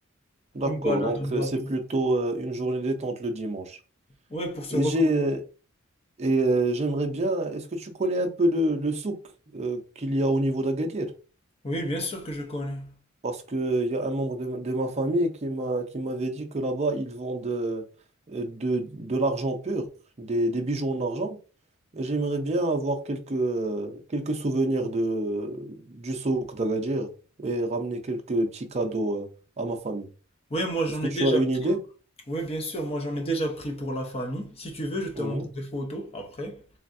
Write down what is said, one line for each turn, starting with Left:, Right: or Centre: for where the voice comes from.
Right: d'accord,
Left: une balade
Right: donc
Left: en bateau.
Right: euh, c'est plutôt euh, une journée détente le dimanche.
Left: Ouais, pour se
Right: Et
Left: reposer.
Right: j'ai et euh, j'aimerais bien. Est-ce que tu connais un peu le, le souk euh, qu'il y a au niveau d'Agadir?
Left: Oui, bien sûr que je connais.
Right: Parce que il y a un membre de, ma de ma famille qui m'a qui m'avait dit que là-bas ils vendent euh, euh, de, de, l'argent pur, des, des bijoux en argent. Et J'aimerais bien avoir quelques euh, quelques souvenirs de du souk d'Agadir et ramener quelques petits cadeaux euh, à ma famille.
Left: Oui, moi j'en
Right: Est-ce que
Left: ai
Right: tu
Left: déjà
Right: as une
Left: pris.
Right: idée?
Left: Oui, bien sûr, moi j'en ai déjà pris pour la famille. Si tu veux, je te
Right: Mhm.
Left: montre des photos après